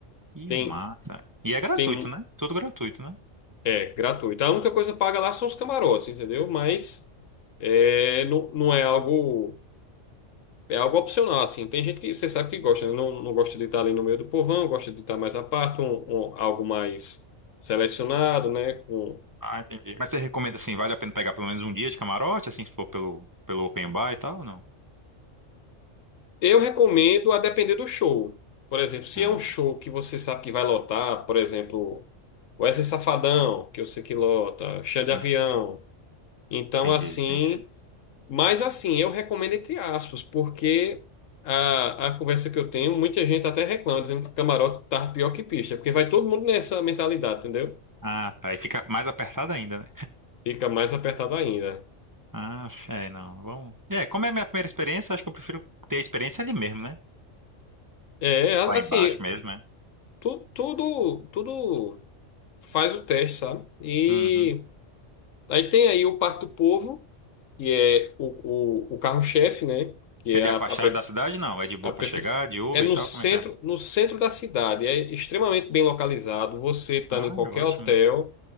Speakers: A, on the right; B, on the left.
A: Que
B: Tem,
A: massa. E é gratuito,
B: tem,
A: né? Tudo gratuito, né?
B: é gratuito. A única coisa paga lá são os camarotes, entendeu? Mas é, não, não é algo. É algo opcional, assim. Tem gente que você sabe que gosta, né? Não, não gosta de estar ali no meio do povão, gosta de estar mais à parte, um, um- algo mais selecionado, né? Com-
A: Ah, entendi. Mas você recomenda assim, vale a pena pegar pelo menos um dia de camarote, assim, se for pelo, pelo open bar e tal, ou não?
B: Eu recomendo a depender do show. Por exemplo, se
A: Ah,
B: é um show
A: tá.
B: que você sabe que vai lotar, por exemplo, Wesley Safadão, que eu sei que lota, Xande
A: Hum,
B: Avião. Então,
A: entendi,
B: assim.
A: entendi.
B: Mas, assim, eu recomendo entre aspas, porque a, a conversa que eu tenho, muita gente até reclama, dizendo que o camarote tá pior que pista, porque vai todo mundo nessa mentalidade, entendeu?
A: Ah, tá. Aí fica mais apertado ainda, né?
B: Fica mais apertado ainda.
A: Ah, é, não. Vamos. É, como é a minha primeira experiência, acho que eu prefiro ter a experiência ali mesmo, né?
B: É, a-
A: Lá embaixo
B: assim,
A: mesmo, né?
B: tu, tudo, tudo faz o teste, sabe? E
A: Uhum.
B: aí tem aí o Parque do Povo, que é o, o, o carro-chefe, né? Que
A: Ele
B: é a,
A: é afastado
B: a, pre-
A: da cidade? Não. É de boa
B: a prefe-
A: pra chegar, de Uber
B: É no
A: e tal?
B: centro,
A: Como é que é?
B: no centro da cidade, é extremamente bem localizado. Você estando
A: Ah,
B: em qualquer
A: é ótimo.
B: hotel,